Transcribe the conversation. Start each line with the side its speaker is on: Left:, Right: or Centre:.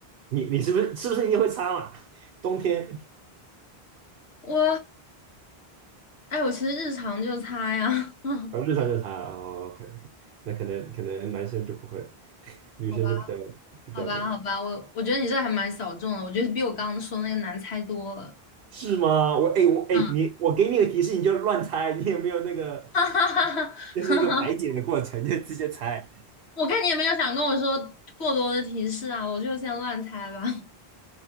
Right: 你你是不是是不是一定会擦嘛？冬天
Left: 我，哎，我其实日常就擦呀，<laughs>
Right: 啊，日常就擦啊哦，OK OK，那可能可能男生就不会，女生就比较比较这个。
Left: 好吧。好吧，好吧，我我觉得你这还蛮小众的，我觉得比我刚刚说那个难猜多了。
Right: 是吗？我哎、我哎、
Left: 嗯，
Right: 你我给你个提示，你就乱猜，你有没有那个
Left: <laughs> 哈哈哈哈哈！
Right: 就是一个排解的过程，就直接猜，
Left: 我看你也没有想跟我说过多的提示啊，我就先乱猜吧。<laughs>